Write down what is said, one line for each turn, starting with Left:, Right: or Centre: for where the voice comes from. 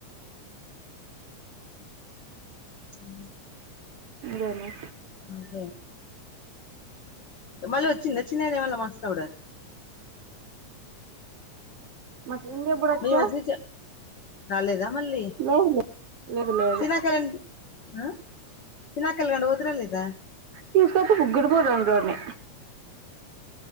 Left: మ్మ్
Right: ఇంగేమి
Left: ఇంకే మళ్ళీ వచ్చింది వచ్చిందే దేవళ మస్నువ్డే
Right: మరింగ గుడొచ్చే
Left: మేము వచ్చి రాలేదా మళ్ళీ
Right: లేదులే లెదు లేదు
Left: చినాకలి ఆ చిన్న కల్గండ్ పోతున్న లేదా
Right: తీస్కోతే ముగ్గురు బోదాందాని